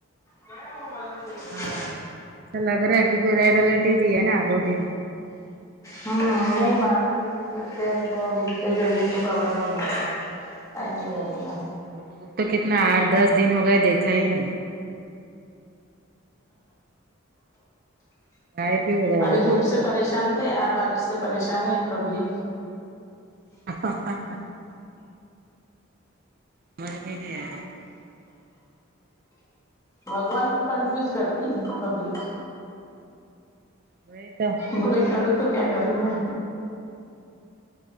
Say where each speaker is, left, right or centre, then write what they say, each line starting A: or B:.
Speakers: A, on the left (about 15°); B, on the right (about 45°).
A: کیا موبائل میں دیکھتی
B: ہاں سالگرہا ہے کی <unintelligible> دی ہے نا دو دن
A: ہمم نہیں بادل ادھر بھیگتے تو ابھی اس سے جلدی تو کور نہیں <inaudible> ٹائم ہی لگے گا
B: وہ دھوپ تو کتنا آٹھ دس دن ہو گئے دیکھا ہی نہیں <unintelligible>
A: ابھی دھوپ
B: پورا
A: سے پریشان تھے آب بارش سے پریشان ہے پبلک
B: <unintelligible> سمجھ میں ہی نہیں آریا ہے
A: بگوان کو کنفیوز کرتی پبلک
B: وہی تو
A: بولے کروں تو کیا کروں میں